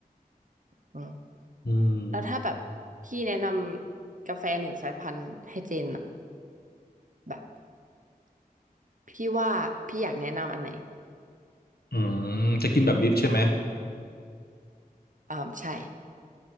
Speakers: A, on the right; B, on the left.
A: อืม
B: อืม
A: แล้วถ้าแบบพี่แนะนำกาแฟหนึ่งสายพันธุ์ให้เจนอะแบบพี่ว่าพี่อยากแนะนำอันไหน
B: อืมจะกินแบบดิฟใช่ไหม
A: อ่าใช่